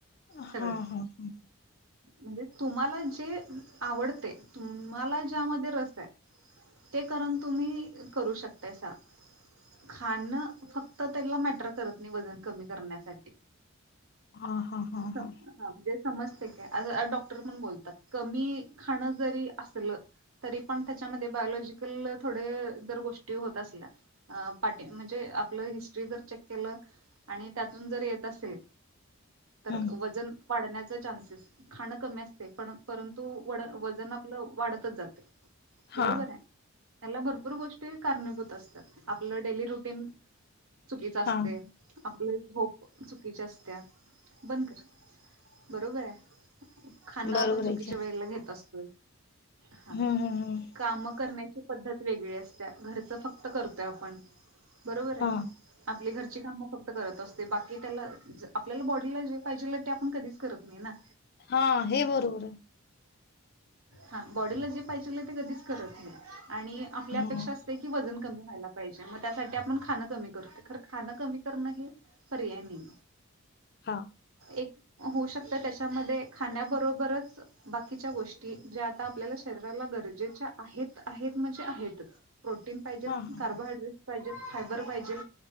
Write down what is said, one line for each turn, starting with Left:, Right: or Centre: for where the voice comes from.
Left: हा
Right: सगळं
Left: हा हा
Right: म्हणजे तुम्हाला जे आवडते तुम्हाला ज्यामध्ये रस आहे. ते करून तुम्ही करू शकताय सा खाण फक्त त्याला मॅटर करत नाही वजन कमी करण्यासाठी
Left: ह हा हा
Right: सम-
Left: हा
Right: हा म्हणजे समजते काय डॉक्टर पण बोलतात कमी खाणं जरी असलं तरी पण त्याच्यामध्ये बायोलॉजिकल थोडे जर गोष्टी होत असल्या म्हणजे आपलं हिस्टरी जर चेक केलं आणि त्यातून जर येत असेल तर
Left: हम्म
Right: वजन वाढण्याचे चान्सेस खाणं कमी असते पण परंतु वजन आपलं वाढतच जाते बरोबर
Left: हा
Right: आहे. त्या भरपूर गोष्टी कारणीभूत असतात आपलं डेली रुटीन चुकीच असते
Left: हा
Right: आपले होप चुकीच्या असत्या, बंद कर. बरोबर आहे. खाण आपण
Left: बरोबर
Right: चुकीच्या
Left: आहे की
Right: वेळेला घेत असतोय हा
Left: हम्म हम्म हम्म
Right: काम करण्याची पद्धत वेगळी असते घरचं फक्त करतोय आपण बरोबर आहे.
Left: हा
Right: आपली घरची काम फक्त करत असते बाकी त्याला आपल्याला बॉडीला जे पाहिजे ते आपण कधीच करत नाही ना.
Left: हा हे बरोबर आहे
Right: हा बॉडीला जे पाहिजे ते कधीच करत नाही. आणि आपल्या
Left: हा
Right: आपेक्षा की वजन कमी व्हायला पाहिजे मग त्यासाठी आपण खां कमी करतो ख खाण कमी करण हे पर्याय नाही.
Left: हा
Right: एक होऊ शकत त्याच्यामध्ये खाण्याबरोबरच बाकीच्या गोष्टी ज्या आता आपल्याला शरीराला गरजेच्या आहेत आहेत म्हणजे आहेतच. प्रोटीन पाहिजेत,
Left: हा हा
Right: कार्बोहायड्रेट्स पाहिजेत, फायबर पाहिजे.